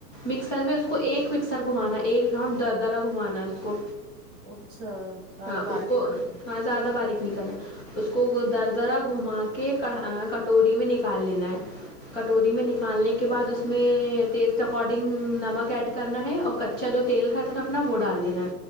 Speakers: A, on the left; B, on the right.
A: مکسر میں اس کو ایک فکسر گھمانا ایک راؤنڈ در درا گھمانا ہے اس کو
B: اچھا زیادہ
A: ہاں
B: باریک
A: اس کو
B: نہیں کرنی
A: ہاں زیادہ باریک ن کرنا اس کو در درا گھما کے کڑھا کٹوری میں نکال لینا ہے کٹوری میں نکالنے کے بعد اس میں ٹیسٹ اکارڈنگ نمک ایڈ کرنا ہے اور کچا جو تیل رہا تھا نا اپنا وہ ڈال دینا ہے